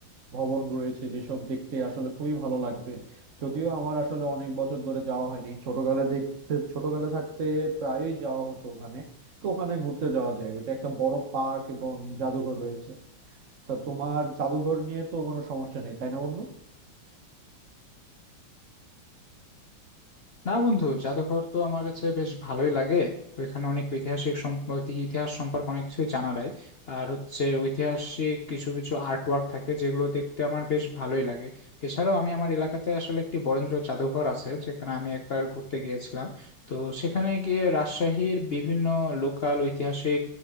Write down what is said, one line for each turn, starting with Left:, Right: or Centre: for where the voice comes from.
Right: ভবন রয়েছে যেসব দেখতে আসলে খুবই ভালো লাগবে যদিও আমার আসলে অনেক বছর ধরে যাওয়া হয়নি ছোটকালে দেখতে ছোটকালে থাকতে প্রায়ই যাওয়া হতো ওখানে তো ওখানে ঘুরতে যাওয়া যায় ওইটা একটা বড় পার্ক এবং জাদুঘর রয়েছে তা তোমার জাদুঘর নিয়ে তো কোনো সমস্যা নেই তাই না বন্ধু
Left: না বন্ধু জাদুঘর তো আমার কাছে বেশ ভালোই লাগে ওইখানে অনেক ঐতিহাসিক সম- ঐতি- ইতিহাস সম্পর্কে অনেক কিছুই জানা যায় আর হচ্ছে ঐতিহাসিক কিছু কিছু আর্ট ওয়ার্ক থাকে যেগুলো দেখতে আমার বেশ ভালোই লাগে এছাড়াও আমি আমার এলাকাতে আসলে একটি বরেন্দ্র জাদুঘর আছে যেখানে আমি একবার ঘুরতে গিয়েছিলাম তো সেখানে গিয়ে রাজশাহীর বিভিন্ন লোকাল ঐতিহাসিক